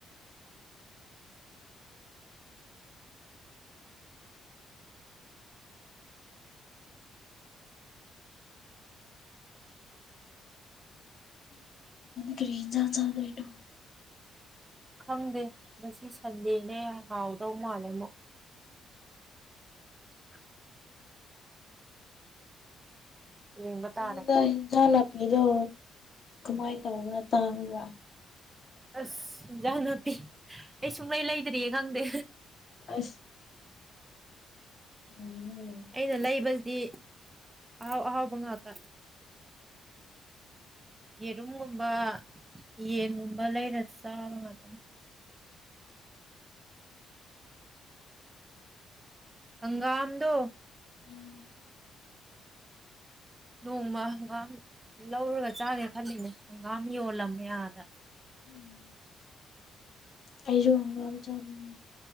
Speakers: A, on the right; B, on the left.
A: <inaudible>
B: ꯀꯔꯤ ꯍꯤꯖꯥꯥꯡ ꯆꯗꯣꯏꯅꯣ
A: ꯈꯪꯗꯦ ꯉꯁꯤ ꯁꯟꯗꯦꯅꯦ ꯍꯥꯎꯗꯧ ꯃꯥꯜꯂꯦ ꯃꯨꯛ <inaudible> ꯌꯦꯡꯕ ꯇꯥꯔꯦ
B: ꯑꯗꯨꯗ ꯏꯟꯖꯥꯜ ꯂꯥꯄꯤꯗꯣ ꯀꯃꯥꯏꯟ ꯇꯧꯕ꯭ꯔꯥ ꯇꯥꯡꯕ꯭ꯔꯥ
A: ꯑꯁ ꯏꯟꯖꯥꯡ ꯅꯥꯄꯤ ꯑꯩ ꯁꯨꯡꯂꯩ ꯂꯩꯗ꯭ꯔꯤꯌꯦ ꯈꯪꯗꯦ
B: ꯑꯁ ꯎꯝ ꯎꯝ
A: ꯑꯩꯅ ꯂꯩꯕꯖꯤꯗꯤ ꯑꯍꯥꯎ ꯑꯍꯥꯎꯕ ꯉꯥꯛꯇ ꯌꯦꯔꯨꯝꯒꯨꯝꯕ ꯌꯦꯟꯒꯨꯝꯕ ꯂꯩꯔ ꯆꯥꯕ ꯉꯥꯛꯇ ꯍꯪꯒꯥꯝꯗꯣ
B: <inaudible>
A: ꯅꯣꯡꯃ ꯍꯪꯒꯥꯝ ꯂꯧꯔꯒ ꯆꯥꯒꯦ ꯈꯜꯂꯤꯅꯦ ꯍꯪꯒꯥꯝ ꯌꯣꯜꯂꯝꯃꯦ ꯑꯥꯗ
B: ꯎꯝ ꯑꯩꯖꯨ ꯍꯪꯒꯥꯝ ꯆꯥꯅꯤꯡꯉꯦ